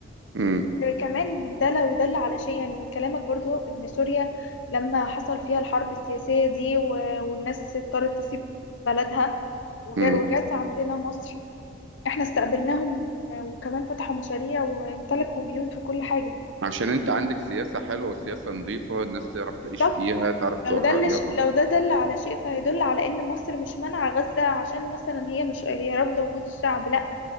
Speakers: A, on the right (about 70°); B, on the left (about 70°).
A: مم،
B: كمان ده لو دل على شيء يعني من كلامك برضو ان سوريا لما حصل فيها الحرب السياسية دي و- والناس اضطرت تسيب بلدها وجا-
A: مم.
B: وجات عندنا مصر احنا استقبلناهم وكمان فتحوا مشاريع وامتلكوا بيوت وكل حاجة
A: عشان انت عندك سياسه حلوه وسياسه نظيفه الناس تعرف تعيش
B: بالظبط
A: فيها تعرف تقول
B: لو دلش
A: رايها
B: لو ده دل على شيء فهيدل على ان مصر مش مانعة غزة عشان مثلا هي مش هي رافضة وجود الشعب لا